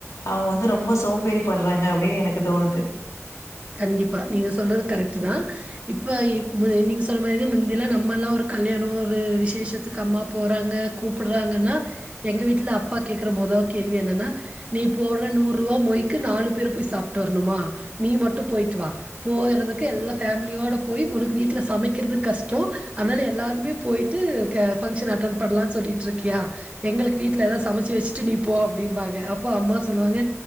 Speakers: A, on the left; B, on the right.
A: அவுங்க வந்து ரெம்ப சோம்பேறி படுறாங்க அப் அப்டீயே எனக்கு தோணுது.
B: கண்டிப்பா, நீங்க சொல்றது கரெக்டு தா இப்ப ம் நீங்க சொன்ன மாரி முந்திலா நம்மல்லா ஒரு கல்யாணோ ஒரு விசேஷத்துக்கு அம்மா போறாங்க கூப்புட்றாங்கனா எங்க வீட்ல அப்பா கேக்குற முதோ கேள்வி என்னனா நீ போட்ற நூற் ரூவா மொய்கு நாலு பேரு போய் சாப்ட்டு வரணுமா நீ மட்டு போய்ட் வா போறதுக்கு எல்லா ஃபேமிலியோட போய் உனக்கு வீட்ல சமைக்குறது கஷ்டோ அதால எல்லாருமே போய்ட்டு க ஃபங்க்ஷன் அட்டன் பண்லா சொல்லிட்ருக்கியா எங்களுக் வீட்ல எதாது சமச்சு வெச்சுட்டு நீ போ அப்டீம்பாங்க அப்போ அம்மா சொல்லுவாங்க